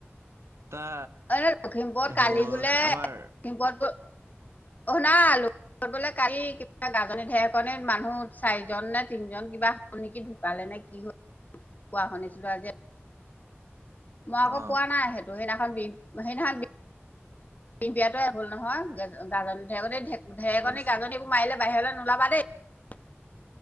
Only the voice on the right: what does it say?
তা
হ'ল
আমাৰ
অ
বুজিছো